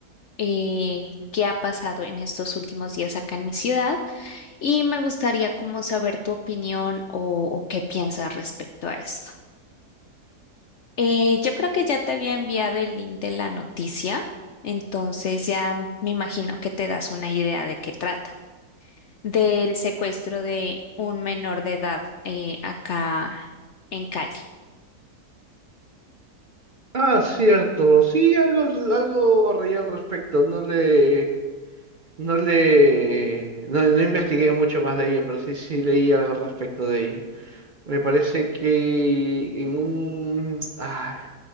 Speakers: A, on the left; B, on the right.
A: eh, que ha pasado en estos últimos días acá en mi ciudad y me gustaría como saber tu opinión o, o qué piensas respecto a esto. Eh, yo creo que ya te había enviado el link de la noticia, entonces ya me imagino que te das una idea de qué trata. del secuestro de un menor de edad eh, acá en Cali.
B: Ah, cierto. Sí, algo, algo reí al respecto. No le, no le, no, no investigué mucho más de ello, pero sí, sí leí algo al respecto de ello. Me parece que en un, ah,